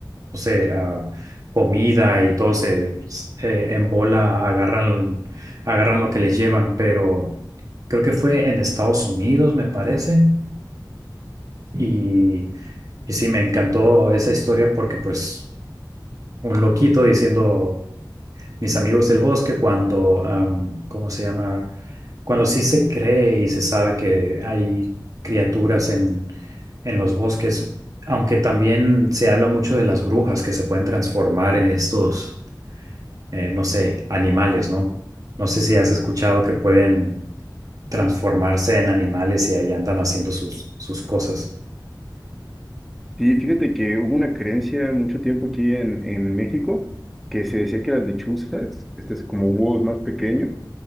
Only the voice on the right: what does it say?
no sé, ah, comida y todo se eh, en bola agarran, agarran lo que les llevan, pero creo que fue en Estados Unidos, me parece. Y y sí, me encantó esa historia porque pues un loquito diciendo mis amigos del bosque cuando, am, ¿cómo se llama? Cuando sí se cree y se sabe que hay criaturas en, en los bosques, aunque también se habla mucho de las brujas que se pueden transformar en estos, eh, no sé, animales, ¿no? No sé si has escuchado que pueden transformarse en animales y ahí andan haciendo sus, sus cosas.